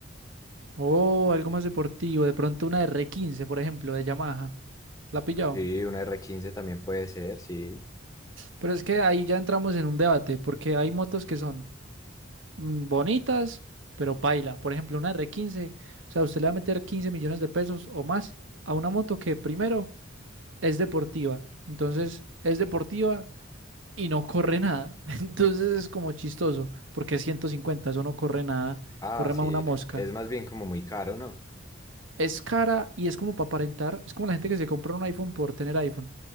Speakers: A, on the right; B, on the left.
A: O algo más deportivo, de pronto una r quince, por ejemplo, de Yamaha. ¿La ha pillado?
B: Sí, una r quince también puede ser, sí.
A: Pero es que ahí ya entramos en un debate, porque hay motos que son mm, bonitas, pero paila. Por ejemplo, una r quince. o sea, usted le va a meter 15 millones de pesos o más a una moto que primero es deportiva. Entonces, es deportiva, y no corre nada. <laughs> Entonces es como chistoso, porque es 150, eso no corre nada,
B: Ah,
A: corre
B: sí,
A: más una mosca.
B: no. Es más bien como muy caro, ¿no?
A: Es cara y es como para aparentar, es como la gente que se compra un iPhone por tener iPhone,